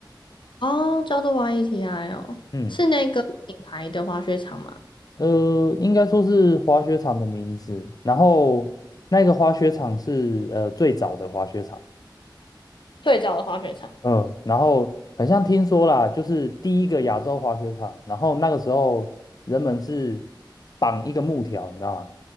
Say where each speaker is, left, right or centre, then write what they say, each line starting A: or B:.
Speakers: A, on the left; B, on the left.
A: 哦，叫做 YETI 哦，
B: 嗯，
A: 是那个品牌的滑雪场吗？
B: 呃，应该说是滑雪场的名字。然后那个滑雪场是呃最早的滑雪场，
A: 最早的滑雪场，
B: 嗯，然后好像听说啦，就是第一个亚洲滑雪场。然后那个时候人们是绑一个木条，你知道吗？